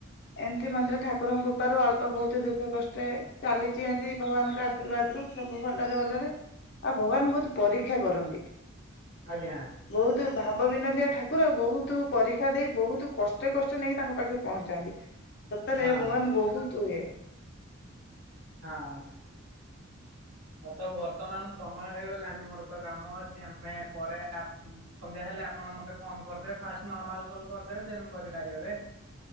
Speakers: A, on the left; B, on the right.
A: ଏମିତି ମନ୍ଦିର ଠାକୁରଙ୍କ କୃପାରୁ ଅଳ୍ପ ବହୁତ ଦୁଃଖ କଷ୍ଟ ଚାଲିଛି ଏମିତି ଭଗବାନଙ୍କ ଆ ଆଶୀର୍ବାଦ ରୁ ସବୁ ଭଲରେ ଭଲରେ ଆଉ ଭଗବାନ ବହୁତ ପରୀକ୍ଷା କରନ୍ତି।
B: ଆଜ୍ଞା।
A: ବହୁତ ଭାବ ବିନୋଦିଆ ଠାକୁର ବହୁତ ପରୀକ୍ଷା ଦେଇ ବହୁତ କ ଷ୍ଟ କଷ୍ଟ ନେଇକି ତାଙ୍କ ପାଖେ ପହଞ୍ଚାନ୍ତି ସେତରେ
B: ହଁ
A: ଭଗବାନ ବହୁତ ଇଏ
B: ହଁ। ଆଉ ତ ବର୍ତ୍ତମାନ ସମୟ ହେଇଗଲାଣି ମୋର ତ କାମ ଅଛି ଆମେ ପରେ ଆ ସନ୍ଧ୍ୟା ହେଲେ ଆପଣ ମତେ ଫୋନ କରିଦେବେ ଫାଷ୍ଟ ନର୍ମାଲ କଲ୍ କରିଦେବେ ଦେନ୍ କରିଆରେ।